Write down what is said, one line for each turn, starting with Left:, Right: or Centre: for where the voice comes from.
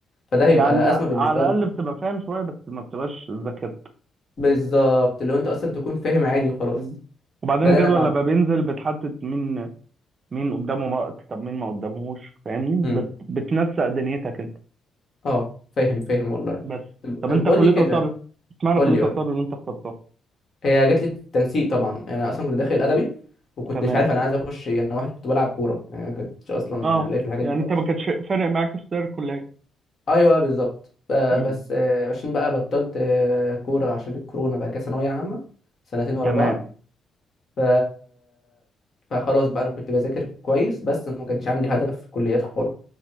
Left: فده هيبقى
Right: يعني
Left: ازمه بالنسبه
Right: على الاقل
Left: لك
Right: بتبقى فاهم شويه بس ما بتبقاش ذاكرت
Left: بالظبط لو انت اصلا تكون فاهم عادي وخلاص
Right: مم. وبعدين
Left: ده اللي
Right: الجدول
Left: انا بعمله
Right: لما بينزل بتحدد مين مين قدامه وقت طب مين ما قدامهوش فاهمني
Left: إمم.
Right: بت... بتنسق دنيتك انت
Left: اه فاهم فاهم والله
Right: بس
Left: طب
Right: طب
Left: طب
Right: انت
Left: قول
Right: كليه
Left: لي كده
Right: اثار اشمعنى
Left: قول
Right: كليه
Left: لي قول
Right: اثار
Left: لي
Right: اللي انت اخترتها
Left: هي جات لي في التنسيق طبعا يعني انا اصلا كنت داخل ادبي وكنتش
Right: تمام
Left: عارف انا عايز اخش ايه انا واحد كنت بلعب كوره يعني انا ما كنتش اصلا
Right: اه
Left: ليا في الحاجات
Right: يعني
Left: دي خالص
Right: انت ما كانش فارق معاك اختيار الكليه
Left: ايوه بالظبط ب-
Right: مم.
Left: بس آه، عشان بقى بطلت آه، كوره عشان الكورونا بعد كده ثانويه عامه سنتين ورا
Right: تمام
Left: بعض ف فخلاص بقى انا كنت بذاكر كويس بس ما كانش عندي هدف في الكليات خالص